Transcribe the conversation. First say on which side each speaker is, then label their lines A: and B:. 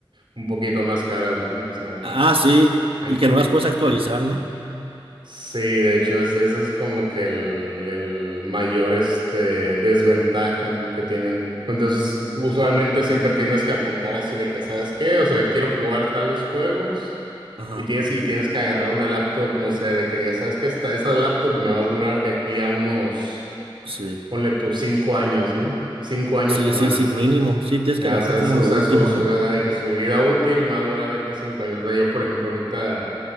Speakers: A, on the right (about 60°); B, on the right (about 75°).
A: un poquito más caras, ¿no? O sea,
B: Ah,
A: aquí-
B: sí.
A: aquí-
B: Y que no las puedes actualizar, ¿no?
A: sí, de hecho, es- ese es como que el, el mayor este desventaja, ¿no? que tienen. Entonces, usualmente siempre tienes que apuntar así de que, ¿sabes qué? O sea, quiero jugar tales juegos.
B: Ajá.
A: Y tienes, y tienes que agarrar una laptop, no sé, de que digas, ¿sabes qué? Esta, esta laptop me va a durar de aquí a unos
B: Sí.
A: ponle tus cinco años, ¿no? Cinco años
B: Sí,
A: o más.
B: sí, sí, mínimo. Sí, tienes
A: Ya,
B: que agarrar
A: o sea,
B: como
A: su, o
B: lo
A: sea,
B: último,
A: su, su-
B: ¿no?
A: o sea, de que su vida útil más dura de que cinco años. O sea, yo, por ejemplo, ahorita